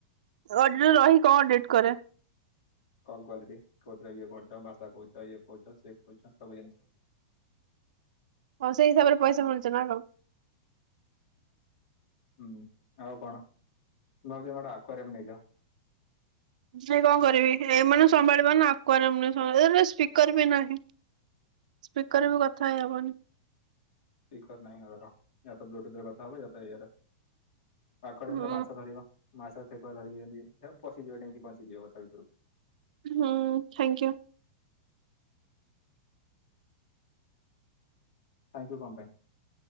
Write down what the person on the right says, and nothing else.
ଅଡିଟର ରହି କଣ ଅଡିଟ କରେ?
ହଉ ସେଇ ହିସାବରେ ପଇସା ମିଳୁଛି ନା କଣ?
ସେ କଣ କରିବେ ଏଇମାନଙ୍କୁ ସମ୍ଭାଳି ପାରୁନ ଆକୁଆରିଅମ୍ ରେ ସମ୍ବା ଏଟ୍ ସ୍ପିକର ବି ନାହିଁ। ସ୍ପିକର ରେ ବି କଥା ହେଇହବନି।
ହୁଁ
ହଁ ଥ୍ୟାଙ୍କୟୁ।